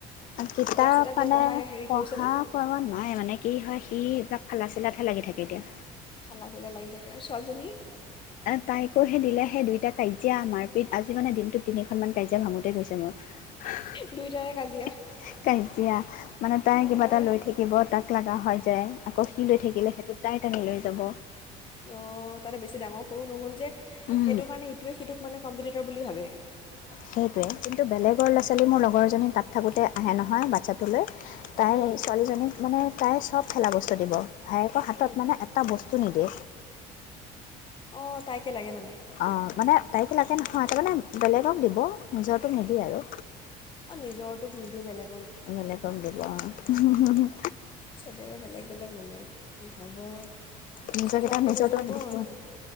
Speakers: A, on the left; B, on the left.
A: আৰু কিতাপ
B: চিতাপ কিবা
A: মানে
B: পঢ়া হেৰি
A: পঢ়া
B: কৰিছেনে
A: কৰা নাই মানে। কি হয় সি এইবিলাক খালা চালাত লাগি থাকে এতিয়া।
B: হালাজালা লাগি থাকে আৰু ছোৱালীজনী।
A: তাইকো দিলে সেই দিম এতিয়া কাজিয়া মাৰ পিত আজি মানে দিনটোত তিনিখন মান কাজিয়া ভাঙোতেই গৈছে মোৰ। হা- হা -হা,
B: দুয়োটাৰে কাজিয়া
A: কাজিয়া মানে
B: অঁ,
A: তাই কিবা
B: তাতে
A: এটা লৈ থাকিব তাক লগা হয়। যায়। আকৌ সি লৈ থাকিলে সেইটো তাই টানি লৈ যাব।
B: অহ ', তাতে বেছি ডাঙৰ সৰু নহ'ল যে। সেইটো
A: উম
B: কাৰণে এইটোৱ সেইটোক মানে কামযুৰি কে বুলি ভাবে।
A: সেইটোৱে, কিন্তু বেলেগৰ লৰা চালে মোৰ লগৰজনী তাত থাকোঁতে আহে নহয় বাচ্ছাটোলৈ। তাইৰ
B: উম,
A: ছোৱালীজনীক মানে তাই সব। খেলা বস্তু দিব। ভায়েকৰ হাতত
B: উম।
A: মানে এটা বস্তু নিদে।
B: অহ ', তাইকে লাগে মানে।
A: অহ ', মানে। টাইকো লাগে নহয় তাৰমানে বেলেগক দিব নিজৰো নিদিয়ে আৰু।
B: অহ ', নিজৰ তোক নিদিয়ে বেলেগ।
A: বেলেগক দিব আৰু। হুম - হুম- হুম
B: চবৰে বেলেগ -বেলেগ মানে কি হ'ব। পিছত
A: নিজৰকেইটাই
B: লাহেকৈ
A: - নিজৰটোক
B: বুজি পাব
A: দেখিবই,
B: আৰু ইমান